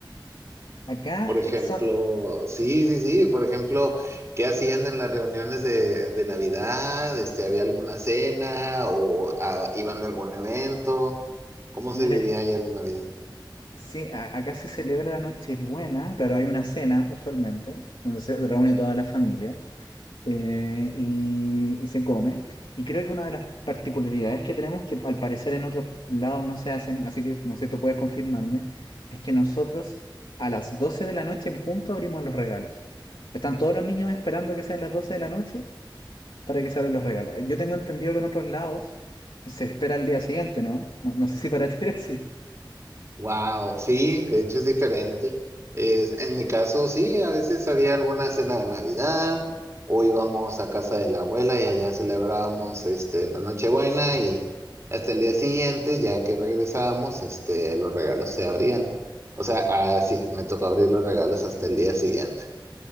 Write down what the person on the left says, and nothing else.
acá
eh,
son,
mira,
sí, a- acá se celebra la Nochebuena, claro, hay una cena usualmente, entonces se reúne toda la familia. eh, y, y se come. Y creo que una de las particularidades que tenemos, que al parecer en otros lados no se hacen, así que no sé, tú puedes confirmarme, es que nosotros a las 12 de la noche en punto abrimos los regalos. Están todos los niños esperando que sean las 12 de la noche para que se abran los regalos. Eh, Yo tengo entendido que en otros lados se espera al día siguiente, ¿no? No, no sé si para <laughs> ti era así.